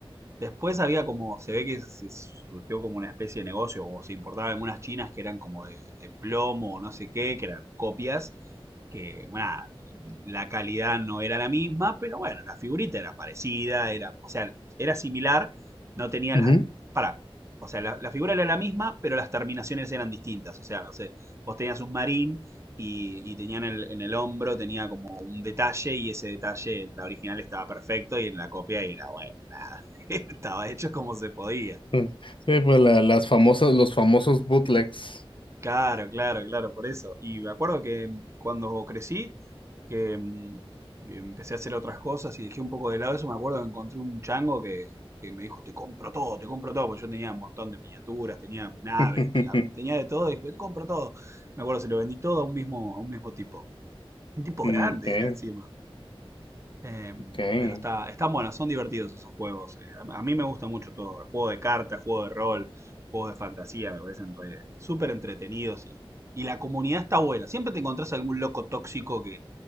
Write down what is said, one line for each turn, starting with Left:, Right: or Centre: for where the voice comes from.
Right: Después había como, se ve que se surgió como una especie de negocio, o se importaban algunas chinas que eran como de, de plomo o no sé qué, que eran copias, que, bueno, nada, la calidad no era la misma, pero bueno, la figurita era parecida, era, o sea, era similar, no tenía
Left: Ujú,
Right: las,
Left: ujú.
Right: para, o sea, la, la figura era la misma, pero las terminaciones eran distintas, o sea, no sé, vos tenías un marín y, y tenían el, en el hombro, tenía como un detalle y ese detalle en la original estaba perfecto y en la copia era, bueno, nada. <laughs> Estaba hecho como se podía.
Left: Sí, sí, pues la- las famosas, los famosos bootlegs.
Right: Claro, claro, claro, por eso. Y me acuerdo que mm, cuando crecí, que mm, empecé a hacer otras cosas y dejé un poco de lado eso, me acuerdo que encontré un chango que, que me dijo, te compro todo, te compro todo, porque yo tenía un montón de miniaturas, tenía naves,
Left: <laughs>
Right: tenía, tenía de todo, y dijo, te compro todo. Me acuerdo, se lo vendí todo a un mismo, a un mismo tipo. Un tipo
Left: Mm,
Right: grande
Left: Okay,
Right: era encima. Eh,
Left: okay.
Right: pero está, están buenos, son divertidos esos juegos. eh. A, a mí me gusta mucho todo. El juego de cartas, juego de rol, juegos de fantasía, me parecen re- súper entretenidos y, y la comunidad está buena. Siempre te encontrás algún loco tóxico que,